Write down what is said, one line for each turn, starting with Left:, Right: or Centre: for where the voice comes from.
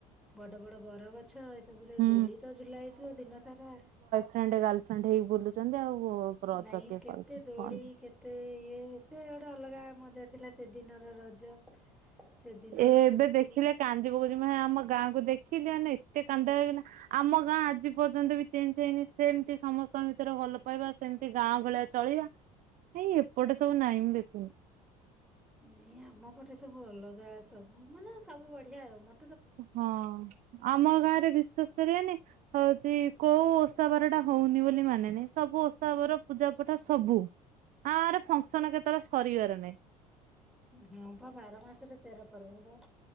Centre: ବଡ-ବଡ ବରଗଛ ଏସବୁରେ
Right: ହୁଁ
Centre: ଦୋଳିତ ଝୁଲା ହେଇଥିବ ଦିନସାରା।
Right: ଫ୍ରେଣ୍ଡ ଗାର୍ଲଫ୍ରେଣ୍ଡ ହେଇି ବୁଲୁଚନ୍ତି ଆଉ। ରଜ
Centre: ନାଇଁ
Right: କିଏ
Centre: କେତେ
Right: ପାଳୁଛି
Centre: ଦୋଳି
Right: ହଁ
Centre: କେତେ ଇଏ ସେ ଗୋଟେ ଅଲଗା ମଜା ଥିଲା ସେଦିନର ରଜ, ସେଦିନର
Right: ଏବେ
Centre: ଖୁସି।
Right: ଦେଖିଲେ <unintelligible> ଆମ ଗାଁକୁ ଦେଖିଲେ ମାନେ ଏତେ କାନ୍ଦ ଲାଗିଲା ଆମ ଗାଁ ଆଜି ପର୍ଯ୍ୟନ୍ତ ବି ଚେଞ୍ଜେ ହେଇନି ସେମ୍ତି ସମସ୍ତଙ୍କ ଭିତରେ ଭଲ ପାଇବା ସେମ୍ତି ଗାଁ ଭଳିଆ ଚଳିବା ନାଇଁ ଏପଟେ ସବୁ ନାହିଁ ମୁଁ ଦେଖୁନି।
Centre: ନାଇଁ ଆମ ପଟେ ସବୁ ଅଲଗା ସବୁ ମାନେ ସବୁ ବଢିଆ ଆଉ ମ।
Right: ହଁ, ଆମ ଗାଁରେ ବିଶ୍ୱାସ କରିବେନି ହଉଚି କୋଉ ଓସା ବାର ଟା ହଉନି ବୋଲି ମାନେ ନାହିଁ ସବୁ ଓସ୍ ଷା ବର ପୂଜା ପଠ ସବୁ <unintelligible> ଫଙ୍କସନ୍ କେତବେଳେ ସରିବାର ନାହିଁ।
Centre: ହଁ ବା ବାର ମାସରେ ତେର ପରବ।